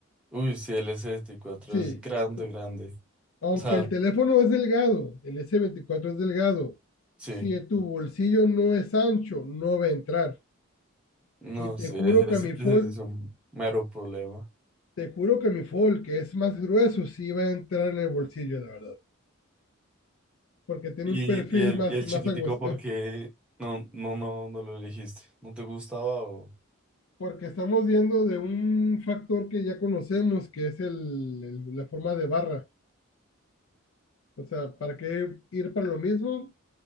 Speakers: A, in the centre; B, on the left.
A: Uy, sí, el S24
B: Sí,
A: es grande,
B: eh,
A: grande.
B: aunque
A: O sea,
B: el teléfono es delgado, el s veinticuatro es delgado,
A: sí,
B: si tu bolsillo no es ancho, no va a entrar.
A: no,
B: Y te
A: sí,
B: juro
A: ese,
B: que
A: ese-
B: mi Fold,
A: ese sí es un mero problema.
B: te juro que mi Fold, que es más grueso, sí va a entrar en el bolsillo, la verdad, porque tiene
A: Y,
B: un perfil
A: y, el,
B: más,
A: y el
B: más
A: chiquitico,
B: angosto.
A: ¿por
B: eh,
A: qué no, no, no, no lo elegiste? ¿No te gustaba o...?
B: Porque estamos viendo de un factor que ya conocemos, que es el, el- la forma de barra. O sea, ¿para qué ir para lo mismo